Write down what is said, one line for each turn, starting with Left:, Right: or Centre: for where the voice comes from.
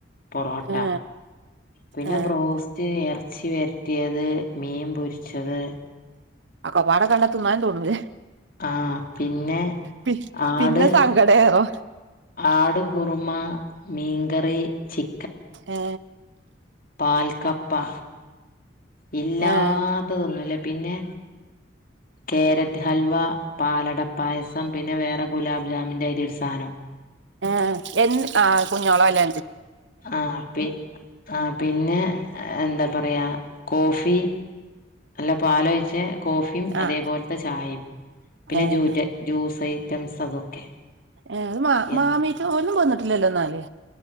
Left: പൊറോട്ട
Right: ഏ
Left: പിന്നെ
Right: ഏ
Left: ബ്രോസ്റ്റ് അച്ചി വരട്ടിയത് മീൻ പൊരിച്ചത്
Right: ആ കപാട കണ്ടത്തന്നന്ന് തോന്നൂല്ലേ
Left: ആഹ് പിന്നെ
Right: പി
Left: ആട്
Right: പിന്നെ സങ്കടയണോ
Left: ആട് കുറുമ മീൻകറി ച
Right: ഏ
Left: പാൽക്കപ്പ ഇല്ലാത്തതൊന്നുംല്ല
Right: ഏഹ്
Left: പിന്നെ കോരറ്റ് ഹൽവ പാലടപ്പായസം പിന്നെ വേറെ ഗുലാബ് ജാമിൻ്റെതിന്റെ ഒരു സാധനം
Right: ആ എ ആ കുഞ്ഞോള അല്ല
Left: ആ പി ആ പിന്നെ എന്താ പറയുക കോഫി നല്ല പാലൊഴിച്ച് കോഫിയും
Right: ആഹ്
Left: അതേപോലത്തെ ചായയും പിന്നെ
Right: ഏഹ്
Left: ജ ജ്യൂസ് ഐറ്റംസ് അതൊക്കെ
Right: ഏ അത് മാ
Left: എന്ന്
Right: മാമീട്ട ഒന്നും വന്നിട്ടില്ലല്ലോ എന്നാല്